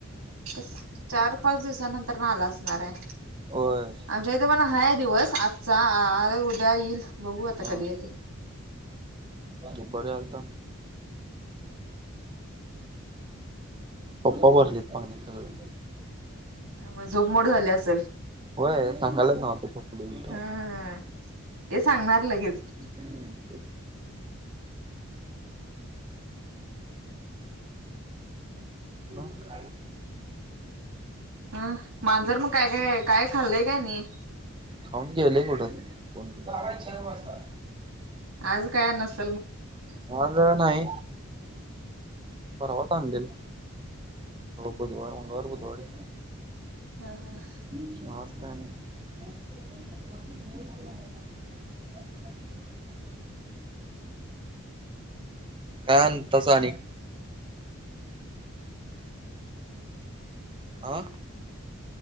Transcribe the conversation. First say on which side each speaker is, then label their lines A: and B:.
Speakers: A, on the right; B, on the right.
A: चार पाच दिवसा नंतर आलं असणार आहे.
B: होय.
A: आमच्या इथे पण हाय दिवस आजचा उद्या येईल बघू आता
B: हा.
A: कधी येतं.
B: दुपारी आलता पप्पा भरतेतं पाणी सगळं.
A: आ मंग झोप मोड झाले असेल.
B: होय सांगालाच नव्हत कोणी
A: हा हा ते सांगणार लगेचं.
B: हम्म. मग काय?
A: अं मांजर मग काय काय काय खाल्लंय काय नाही?
B: खाऊन गेलं कुठं बाजार चार वाजता.
A: आज काय नसतं.
B: आज नाही परवाच आणलेलं. बुधवार, मंगळवार, बुधवारी.
A: हा. हा
B: <inaudible> ना ह काय तसानी? आं